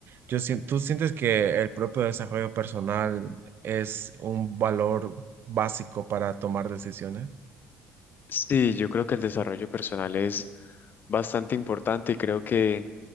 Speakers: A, on the right (about 50°); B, on the left (about 40°).
A: Yo sien- ¿tú sientes que el propio desarrollo personal es un valor básico para tomar decisiones?
B: Sí, yo creo que el desarrollo personal es bastante importante y creo que,